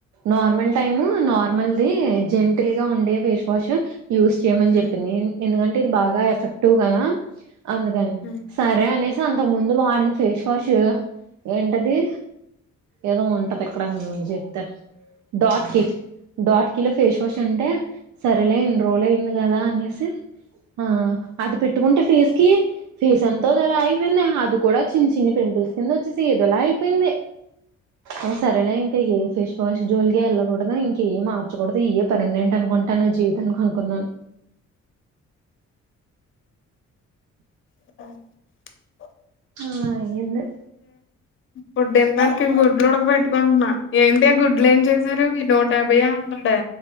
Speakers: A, on the right; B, on the left.
A: నార్మల్ టైమ్ నార్మల్ అది జెంటిల్ గా ఉండే ఫేస్ వాష్ యూజ్ చేయ్యమని
B: హ్మ్.
A: చెప్పింది ఎందుకంటే ఇది బాగా ఎఫెక్టివ్ నా అందుకని
B: హ్మ్.
A: సరే అని అంతకు ముందు వాడిన ఫేస్ వాష్ ఏంటది ఏదో ఉంటది ఎక్కడ నేను జెప్తాను డాట్ కీ డాట్ కీలో ఫేస్ వాష్ ఉంటే సరలే ఇన్ని రోల్ అయ్యంది గదా అనేసి ఆ అది పెట్టుకుంటే ఫేస్ కి ఫేస్ అంత అదోలా అయిపోయింది అది కూడా చిన్ని చిన్ని పింపుల్స్ కింద వచ్చేసి ఏదోలా అయిపోయింది ఆ సరేలే ఇంకా ఏ ఫేస్ వాష్ జోలికి యెళ్ళకూడదు ఇంక ఏ మార్చకూడదు ఏ పర్మినెంట్ అనుకుంటాను నా జీవితానికి అనుకున్నాను
B: ఆ
A: ఆ ఏంలేదు
B: ఫుడ్ ఎంతరకి గుడ్లు ఉడక పెట్టుకుంటున్నా ఏంటి ఆ గుడ్లు ఏం చేసారు ఈ నూట యాభై ఉందండే